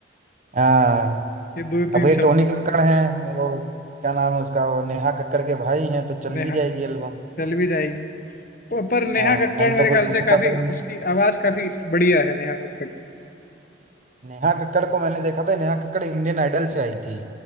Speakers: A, on the right (about 40°); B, on the left (about 50°).
A: हाँ
B: ये दो
A: अब
B: तीन
A: ये
B: शब्दों
A: टोनी कक्कड़
B: को
A: हैं वो क्या नाम है उसका वो नेहा कक्कड़ के भाई हैं तो चल
B: नेहा
A: भी जाएगी एल्बम
B: चल भी जाएगी प- पर नेहा
A: हाँ
B: कक्कड़
A: नहीं
B: मेरे
A: तो कोई
B: ख्याल से
A: पूछता
B: काफी
A: तक नहीं
B: उसकी आवाज काफी बढ़िया है नेहा कक्कड़ की
A: नेहा कक्कड़ को मैंने देखा था नेहा कक्कड़ इंडियन आइडल से आई थी